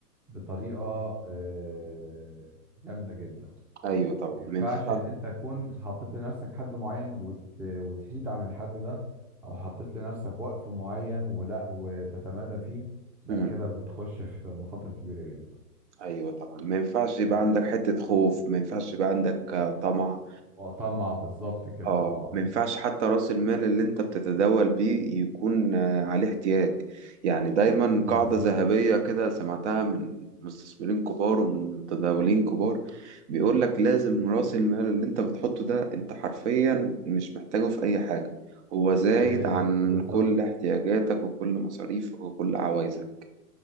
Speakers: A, in the centre; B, on the right (about 50°).
A: بطريقة آه، جامدة جدا
B: أيوه طبعا
A: ما ينفعش
B: ما ينفع-
A: ان انت تكون حطيت لنفسك حد معين وت... وتحيد عن الحد ده او حطيت لنفسك وقف معين ولا وتتمادى فيه لا
B: مم.
A: كده بتخش في مخاطر كبيره جدا
B: أيوه طبعا ما ينفعش يبقى
A: آه،
B: عندك حتة خوف ما ينفعش يبقى عندك آه، طمع
A: وطمع بالظبط كده
B: اه
A: اه
B: ما ينفعش حتى راس المال اللي انت بتتداول بيه يكون آه، عليه احتياج يعني دايما
A: بالظبط
B: قاعدة ذهبية كده سمعتها من مستثمرين كبار ومن متداولين كبار بيقول لك لازم راس المال اللي انت بتحطه ده انت حرفيا مش محتاجه في اي حاجة هو زايد
A: آه،
B: عن
A: بالظبط
B: كل احتياجاتك وكل مصاريفك وكل عوايزك